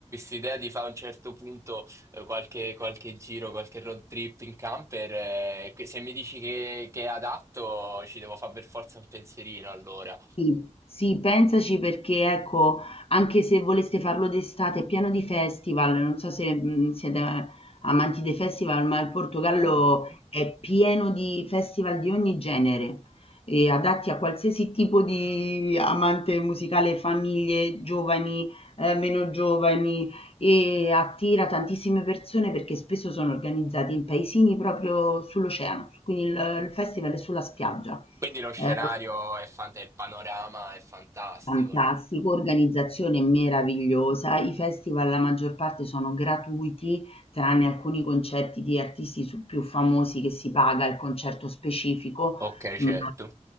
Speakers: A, on the right (about 25°); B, on the left (about 50°).
A: idea di fare a un certo punto eh, qualche, qualche giro, qualche road trip in camper. eh, che se mi dici che, che è adatto, ci devo fare per forza un pensierino allora.
B: Sì, sì, pensaci perché ecco, anche se voleste farlo d'estate, è pieno di festival, non so se mh, siete amanti dei festival, ma il Portogallo
A: Uh,
B: è pieno di festival di ogni genere, e adatti a qualsiasi tipo di amante musicale, famiglie, giovani, eh, meno giovani, e attira tantissime persone perché spesso sono organizzati in paesini proprio sull'oceano, quindi il il festival è sulla spiaggia.
A: quindi lo scenario
B: Eh,
A: è fant- il panorama è fantastico,
B: Fantastico,
A: no?
B: organizzazione meravigliosa. I festival la maggior parte sono gratuiti, tranne alcuni concerti di artisti su- più famosi che si paga il concerto specifico,
A: Ok,
B: ma
A: certo.